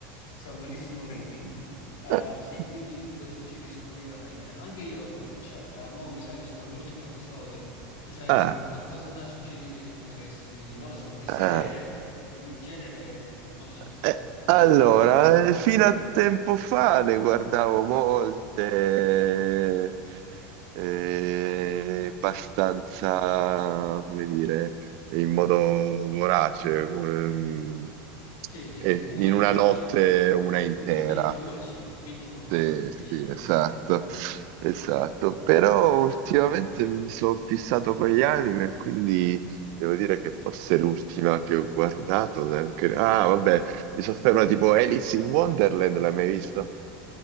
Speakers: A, on the left; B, on the right.
A: c'è un bellissimo rating. Eh,
B: <laughs>
A: sì, quindi lo suggerisco vivamente. Anche io, cioè, eh, mo mi sa che sto all'ultimo episodio. Tu c'hai
B: Ah,
A: un qualcosa da suggerire che potresti, non lo so, di serie,
B: ah.
A: cioè, il genere, non lo so,
B: Eh,
A: un
B: Allora,
A: po' vario, dai.
B: eh, fino a tempo fa ne guardavo molte, eh, abbastanza, come dire, in modo vorace, come, mm,
A: Sì, sì,
B: e
A: sì, una,
B: in una
A: una,
B: notte
A: eh, tipo,
B: una intera.
A: un binge watching, binge watching
B: Sì,
A: si dice
B: sì,
A: in
B: esatto,
A: America.
B: esatto. Però ultimamente mi sono fissato con gli anime, e quindi devo dire che forse l'ultima che ho guardato neanche... Ah, vabbè, mi sono fermato tipo Alice in Wonderland, l'hai mai visto?